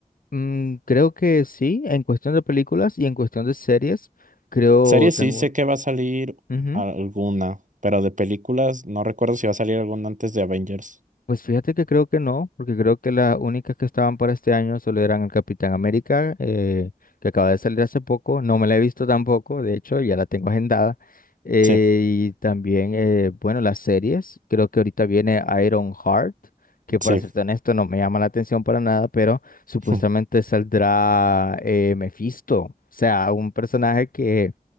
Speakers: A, on the left (about 80°); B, on the right (about 60°).
A: Mm, creo que sí, en cuestión de películas y en cuestión de series, creo
B: Series
A: tengo...
B: sí sé que va a salir
A: ujú.
B: alguna, pero de películas no recuerdo si va a salir alguna antes de Avengers.
A: Pues fíjate que creo que no, porque creo que las únicas que estaban para este año solo eran el Capitán América, eh, que acaba de salir hace poco. No me la he visto tampoco, de hecho, ya la tengo agendada. Eh,
B: Sí,
A: y también, eh, bueno, las series. Creo que ahorita viene Iron Heart, que para
B: sí.
A: serte honesto no me llama la atención para nada, pero supuestamente
B: <laughs>
A: saldrá eh, Mephisto, o sea, un personaje que